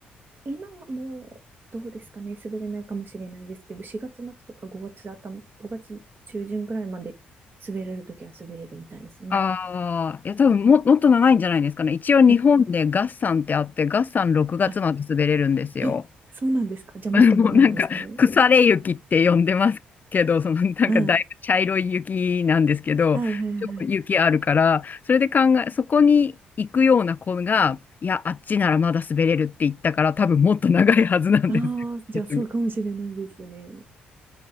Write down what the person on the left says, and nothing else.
ああ、いや、多分も、もっと長いんじゃないですかね。一応日本で月山ってあって、
月山6月まで滑れるんですよ。
<laughs> もうなんか、腐れ雪って呼んでますけど、そのなんかだいぶ茶色い雪なんですけど、
よく雪あるから、それで考え、そこに行くような子が、いや、あっちならまだ滑れるって言ったから、多分もっと長いはずなんですよ。
<laughs>